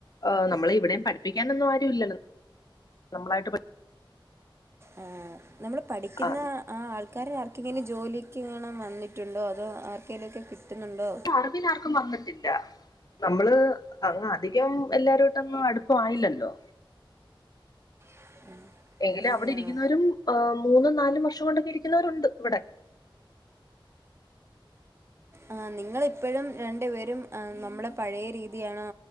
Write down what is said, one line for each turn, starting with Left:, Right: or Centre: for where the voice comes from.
Left: ഓ നമ്മള ഇവിടെയും പഠിപ്പിക്കാനൊന്നും ആരു ഇല്ലല്ലോ നമ്മളായിട്ട്
Right: ആ നമ്മള് പഠിക്കുന്ന
Left: ആഹ്
Right: ആ ആൾക്കാർ ആർക്കെങ്കിലും ജോലിക്ക് കാണാൻ വന്നിട്ടുണ്ടോ? അതോ ആർക്കെലുംക്കെ കിട്ടുന്നുണ്ടോ?
Left: അറബി പിന്നാർക്കും വന്നിട്ടില്ല. നമ്മള് അ അധികം എല്ലാവരായിട്ടൊന്നും അടുപ്പായില്ലല്ലോ.
Right: <inaudible>
Left: എങ്കിലും
Right: അങ്ങനെയാണോ
Left: അവിടെ ഇരിക്കുന്നവരും ഹ് മൂന്നും നാലും വർഷം കൊണ്ടൊക്കെ ഇരിക്കുന്നവരുണ്ട് ഇവിടെ.
Right: ആ നിങ്ങളിപ്പഴും രണ്ടു പേരും നമ്മളെ പഴയ രീതിയാണോ